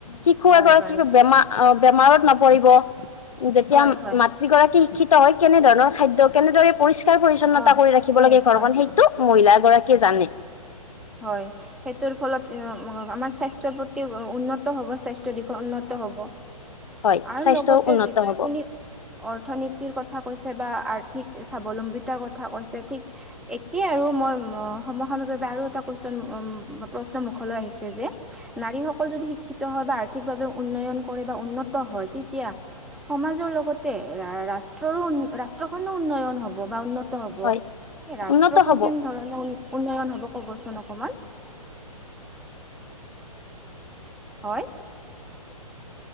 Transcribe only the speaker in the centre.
হয়
বাৰু
হয় হয়
অ
হয়
হয়
হয় সেইটোৰ ফলত আমাৰ স্বাস্থ্যৰ প্ৰতি উন্নত হব স্বাস্থ্য দিশ উন্নত হ'ব
আৰু
লগতে
যিটো
আপুনি অৰ্থনীতিৰ কথা কৈছে বা আৰ্থিক স্বাৱলম্বিতাৰ কথা কৈছে ঠিক একেই আৰু মই সমসাময়িক ভাৱে আৰু এটা প্ৰশ্ন মুখলৈ আহিছে যে নাৰীসকল যদি শিক্ষিত হয় বা আৰ্থিকভাৱে উন্নয়ন কৰে বা উন্নত হয় তেতিয়া সমাজৰ লগতে ৰাষ্ট্ৰৰো ৰাষ্ট্ৰখনো উন্নয়ন হ'ব বা উন্ন ন্নত হব।
ৰাষ্ট্ৰখন
কেনেধৰণে উ উন্নয়ন হব ক'বচোন অকমান হয়